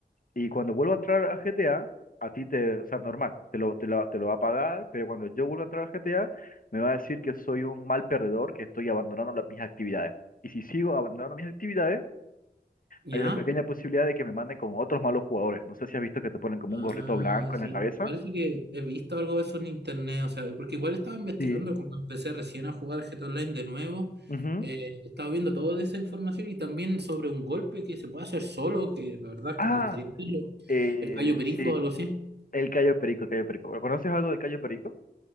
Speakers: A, on the left; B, on the right.
A: Y cuando vuelvo a entrar a GTA, a a ti te, o sea, normal, te lo, te lo, te lo va a pagar, pero cuando yo vuelvo a entrar a GTA, me va a decir que soy un mal perdedor, que estoy abandonando las- mis actividades. Y si sigo abandonando mis actividades,
B: ¿ya?
A: hay una pequeña posibilidad de que me manden con otros malos jugadores. No sé si has visto que te ponen como
B: Ah,
A: un gorrito blanco en
B: sí,
A: la cabeza.
B: parece que he visto algo de eso en internet, o sea, porque igual estaba investigando,
A: Sí.
B: como empecé recién a jugar GTA Online de nuevo,
A: Ujú.
B: eh, estaba viendo toda esa información y también sobre un golpe que se puede hacer solo, que la verdad es
A: Ah,
B: que me gustaría verlo,
A: eh,
B: el callo perico
A: sí,
B: o algo así.
A: el Cayo Perico, el Cayo Perico. ¿Conoces algo del Cayo Perico?